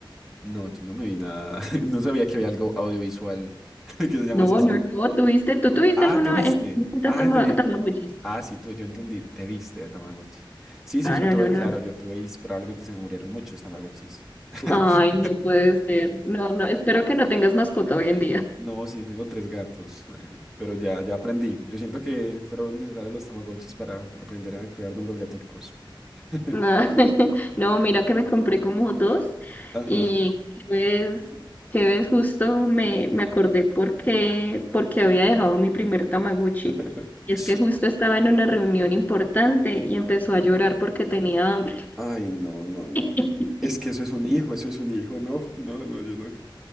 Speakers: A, in the centre; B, on the left.
A: No, yo no me vi nada. <laughs> No sabía que había algo audiovisual <laughs> que se llamase
B: No,
A: así.
B: no, no, tuviste, ¿tú tuviste
A: Ah,
B: alguna
A: ¿tú viste?
B: en algún momento
A: Ah,
B: tama-
A: entendí.
B: tamaguchis?
A: Ah, sí, tú, yo entendí, te viste de Tamagotchi. Sí, sí,
B: No,
A: yo
B: no,
A: tuve,
B: no, no,
A: claro,
B: no.
A: yo tuve y probablemente se me murieron muchos Tamagotchis. <laughs>
B: Ay, no puede ser. No, no, espero que no tengas mascota hoy en día.
A: No, sí, tengo tres gatos, ay, pero ya, ya aprendí. Yo siento que fueron necesarios los Tamagotchis para, para aprender a cuidarme los gaticos. <laughs>
B: Nah, <laughs> No, mira que me compré como dos
A: Ajá.
B: y que ves, que ves justo me, me acordé porque, porque había dejado mi primer Tamaguchi.
A: <laughs>
B: Y es que justo estaba en una reunión importante y empezó a llorar porque tenía hambre.
A: Ay, no, no, no,
B: <laughs>
A: no. Es que eso es un hijo, eso es un hijo, no, no, no, yo no.